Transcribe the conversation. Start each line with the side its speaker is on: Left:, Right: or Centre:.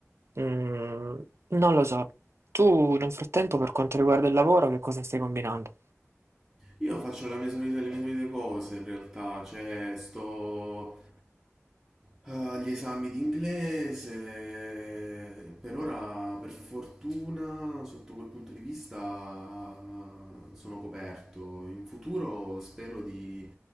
Right: mm, non lo so. Tu nel frattempo, per quanto riguarda il lavoro, che cosa stai combinando?
Centre: Io faccio la mia solita, le mie solite cose in realtà, cioè sto eh, agli esami di inglese, per ora per fortuna sotto quel punto di vista eh, sono coperto, in futuro spero di